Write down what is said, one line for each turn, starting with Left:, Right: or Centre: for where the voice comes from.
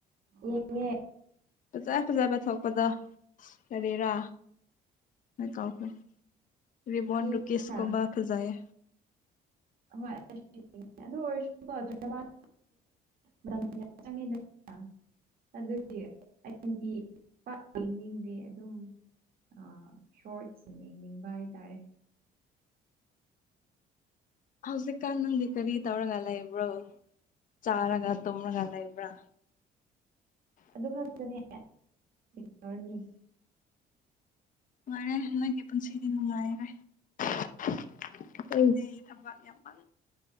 Right: ꯌꯦꯡꯉꯦ
Left: ꯐꯖ ꯐꯖꯕ ꯊꯣꯛꯄꯗ ꯀꯔꯤꯔꯥ ꯑꯩ ꯀꯥꯎꯈ꯭ꯔꯦ ꯔꯤꯕꯣꯟ
Right: ꯌꯦꯡꯉꯦ
Left: ꯔꯨꯀꯤꯁꯀꯨꯝꯕ ꯐꯖꯩꯌꯦ
Right: ꯑꯍꯣꯏ ꯑꯩꯁꯨ ꯌꯦꯡꯉꯦ ꯑꯗꯨ ꯑꯣꯏꯔꯁꯨꯀꯣ <unintelligible> ꯃꯇꯝ ꯌꯥꯝ ꯆꯪꯉꯤꯗꯅ ꯑꯗꯨꯗꯤ ꯑꯩꯒꯤ <unintelligible> ꯃꯤꯡꯗꯤ ꯑꯗꯨꯝ ꯑꯣ ꯁꯣꯔꯠꯁꯤꯡ ꯌꯦꯡꯅꯤꯡꯕ ꯍꯥꯏꯇꯥꯔꯦ
Left: ꯍꯧꯖꯤꯛꯀꯥꯟ ꯅꯪꯗꯤ ꯀꯔꯤ ꯇꯧꯔꯒ ꯂꯩꯕ꯭ꯔꯣ ꯆꯥꯔꯒ ꯇꯨꯝꯔꯒ ꯂꯩꯕ꯭ꯔꯥ
Right: ꯑꯗꯨ ꯈꯛꯇꯅꯦ <unintelligible>
Left: ꯅꯨꯉꯥꯏꯔꯦ ꯅꯣꯏꯒꯤ ꯄꯨꯟꯁꯤꯗꯤ ꯅꯨꯡꯉꯥꯏꯔꯦ <unintelligible> ꯊꯕꯥꯛ ꯌꯥꯃꯟ